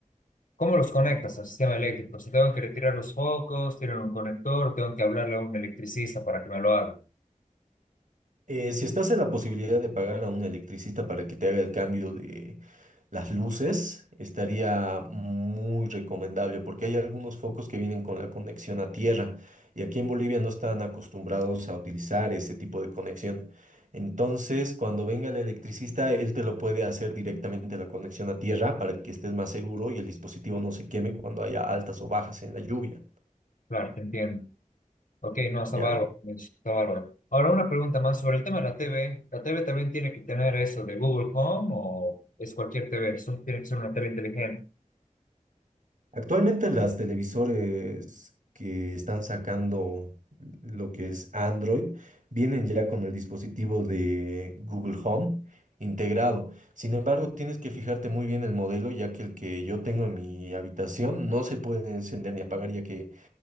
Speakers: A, on the left; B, on the right.
A: cómo los conectas al sistema eléctrico? Si tengo que retirar los focos, tienen un conector, tengo que hablarle a un electricista para que me lo haga.
B: Eh, si estás en la posibilidad de pagar a un electricista para que te haga el cambio de las luces, estaría muy recomendable porque hay algunos focos que vienen con la conexión a tierra y aquí en Bolivia no están acostumbrados a utilizar ese tipo de conexión. Entonces, cuando venga el electricista, él te lo puede hacer directamente la conexión a tierra para que estés más seguro y el dispositivo no se queme cuando haya altas o bajas en la lluvia,
A: Claro, te entiendo. Ok, no, está
B: ¿ya?
A: bárbaro, pues, está bárbaro. Ahora una pregunta más sobre el tema de la TV. ¿La TV también tiene que tener eso de Google Home o es cualquier TV? Eso tiene que ser una TV inteligente.
B: Actualmente las televisores que están sacando lo que es Android vienen ya con el dispositivo de Google Home integrado. Sin embargo, tienes que fijarte muy bien el modelo, ya que el que yo tengo en mi habitación no se puede encender ni apagar, ya que